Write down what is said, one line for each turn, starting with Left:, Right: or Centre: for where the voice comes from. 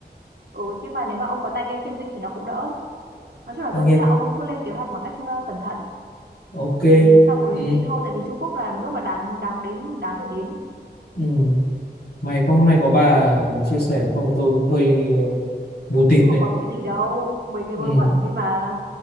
Right: ừ nhưng mà nếu mà ông có tay nghe phiên dịch thì nó cũng đỡ nói chung là
Left: tác
Right: tôi
Left: nghiệp
Right: nghĩ là ông cứ lên kế hoạch một cách ờ, cẩn thận
Left: ok
Right: thì xong rồi
Left: ừ.
Right: đi thôi tại vì Trung Quốc là một nước mà đáng đáng đến đáng để đến
Left: Ừ. May có hôm nay có bà chia sẻ không thì tôi cũng hơi mù tịt
Right: cũng có
Left: đấy
Right: còn cái gì đâu mấy cái
Left: ừ.
Right: vớ vẩn đi mà